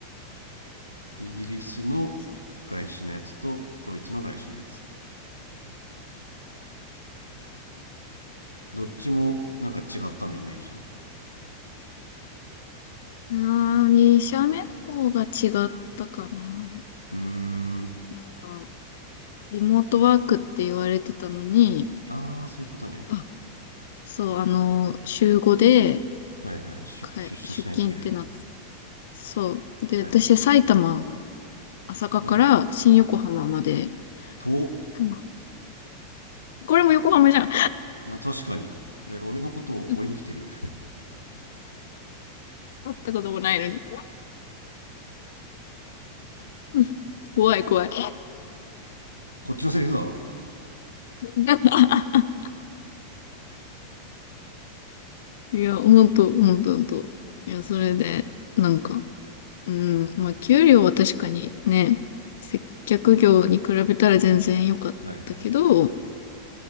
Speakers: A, on the left; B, on the left.
A: イギリスの
B: そう。
A: 外資のやつとドイツの外資のやつ。どっちもなんか違ったのイメージと。
B: あー、2社目の方が違ったかな。
A: うーん。
B: なんか、リモートワークって言われてたのに、
A: ああ、そういうことね。
B: あ、そう、あの、週5で
A: はいはい。出、
B: か出勤ってなって、
A: 出社しないといけないみたい
B: そう。で、
A: な。はいはい。
B: 私、埼玉、朝霞から新横浜まで、
A: うん。と、
B: うんこれも横浜じゃん。
A: あ確かに。え、俺のことを追いに来てる。
B: <laughs> 会ったこともないのに。<laughs> うん怖い怖い。
A: <laughs> こっちのセリフだわ。
B: <laughs> いや、ほんと、ほんと、ほんと。いや、それで、なんか、うん、まあ、給料は確かにね、接客業に比べたら全然良かったけど、
A: はいはい。